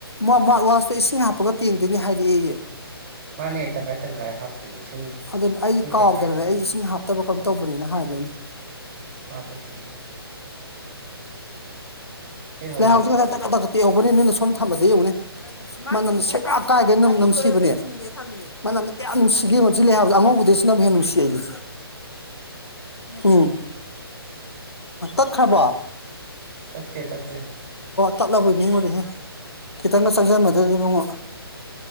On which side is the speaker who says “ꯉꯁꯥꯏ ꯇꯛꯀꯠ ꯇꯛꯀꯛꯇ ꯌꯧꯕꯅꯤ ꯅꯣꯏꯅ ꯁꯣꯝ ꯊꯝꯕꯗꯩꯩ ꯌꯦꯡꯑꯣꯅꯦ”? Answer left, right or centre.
Left